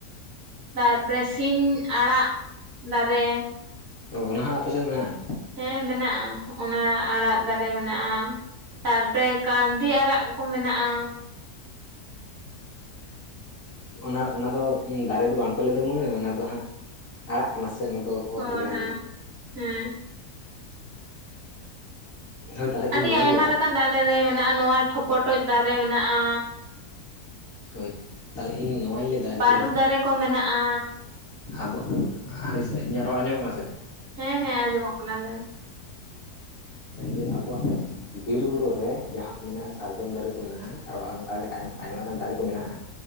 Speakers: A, on the right; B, on the left.
A: ᱛᱟᱨᱯᱚᱨᱮ ᱥᱤᱧ ᱟᱲᱟᱜ ᱫᱟᱨᱮ
B: ᱚ ᱚᱱᱟ ᱦᱚᱸ ᱟᱯᱮ ᱥᱮᱫ ᱢᱮᱱᱟᱜ-ᱟ
A: ᱦᱮᱸ ᱢᱮᱱᱟᱜ-ᱟ ᱚᱱᱟ ᱟᱲᱟᱜ ᱫᱟᱨᱮ ᱢᱮᱱᱟᱜᱼᱟ ᱛᱟᱨᱯᱚᱨᱮ ᱠᱟᱨᱫᱤ ᱟᱨᱟᱜ ᱠᱚ ᱢᱮᱱᱟᱜᱼᱟ
B: ᱚᱱᱟ ᱚᱱᱟ ᱫᱚ ᱫᱟᱨᱮ ᱫᱚ ᱵᱟᱝ ᱠᱚ ᱞᱟᱹᱭ ᱫᱚ ᱢᱟᱹᱭ ᱚᱱᱟ ᱫᱚ ᱦᱟᱸᱜ ᱟᱲᱟᱜ ᱠᱟᱱᱟ ᱥᱮ ᱚᱱᱟ ᱫᱚ ᱚᱛ
A: ᱦᱚᱭ
B: ᱨᱮᱜᱮ ᱦᱩᱭᱩᱜᱼᱟ
A: ᱦᱚᱭ ᱦᱮᱸ
B: ᱦᱳᱭ ᱛᱟᱦᱚᱞᱮ ᱤᱧ
A: ᱟᱹᱰᱤ
B: ᱱᱚᱣᱟᱧ
A: ᱟᱭᱢᱟ
B: ᱞᱟᱹᱭᱟ
A: ᱞᱮᱠᱟᱱ ᱫᱟᱨᱮ ᱨᱮ ᱢᱮᱱᱟᱜ-ᱟ ᱱᱚᱣᱟ ᱴᱷᱚᱯᱚᱴᱚᱡ ᱫᱟᱨᱮ ᱢᱮᱱᱟᱜ-ᱟ
B: ᱦᱳᱭ ᱛᱟᱦᱚᱞᱮ ᱤᱧ ᱱᱚᱣᱟᱹᱧ ᱞᱟᱹᱭ ᱮᱫᱟ
A: ᱵᱟᱹᱨᱩ
B: ᱡᱮ
A: ᱫᱟᱨᱮ ᱠᱚ ᱢᱮᱱᱟᱜ-ᱟ
B: ᱟᱵᱚ ᱦᱳᱭ ᱥᱮ ᱤᱧᱟᱹᱜ ᱨᱚᱲ ᱟᱸᱡᱚᱢᱚᱜ ᱠᱟᱱᱟ ᱥᱮ
A: ᱦᱮᱸ ᱦᱮᱸ ᱟᱸᱡᱚᱢᱚᱜ ᱠᱟᱱᱟ ᱞᱟᱹᱭ ᱢᱮ
B: ᱥᱮ ᱟᱵᱚᱣᱟᱜ ᱵᱤᱨ ᱵᱩᱨᱩ ᱨᱮ ᱡᱟᱦᱟᱸ ᱠᱚ ᱢᱮᱱᱟᱜ-ᱟ ᱥᱟᱨᱡᱚᱢ ᱫᱟᱨᱮ ᱠᱚ ᱢᱮᱱᱟᱜ-ᱟ ᱟᱨ ᱵᱟᱝ ᱚᱱᱠᱟ ᱜᱮ ᱟᱭᱢᱟ ᱜᱟᱱ ᱫᱟᱨᱮ ᱠᱚ ᱢᱮᱱᱟᱜ-ᱟ